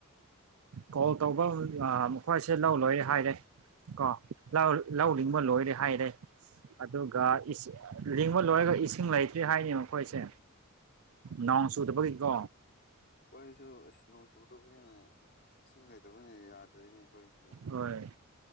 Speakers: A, on the right; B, on the left.
A: ꯀꯣꯜ ꯇꯧꯕ ꯃꯈꯣꯏꯁꯦ ꯂꯧ ꯂꯣꯏꯔꯦ ꯍꯥꯏꯔꯦ ꯀꯣ ꯂꯥꯎ
B: ꯑꯥ
A: ꯂꯤꯡꯕ ꯂꯣꯏꯔꯦ ꯍꯥꯏꯔꯦ ꯑꯗꯨꯒ ꯏꯁꯤꯡ ꯂꯤꯡꯕ ꯂꯣꯏꯔꯒ ꯏꯁꯤꯡ ꯂꯩꯇ꯭ꯔꯤ ꯍꯥꯏꯌꯦꯅꯦ ꯃꯈꯣꯏꯁꯦ ꯅꯣꯡ
B: ꯎꯝ
A: ꯆꯨꯗꯕꯒꯤꯀꯣ
B: ꯑꯩꯈꯣꯏꯁꯨ ꯅꯣꯡ ꯏꯁ ꯆꯨꯗꯕꯒꯤꯅ ꯏꯁꯤꯡ ꯂꯩꯇꯕꯅꯤ ꯌꯥꯗ꯭ꯔꯦꯅꯦ ꯑꯩꯈꯣꯏꯖꯦ
A: ꯍꯣꯏ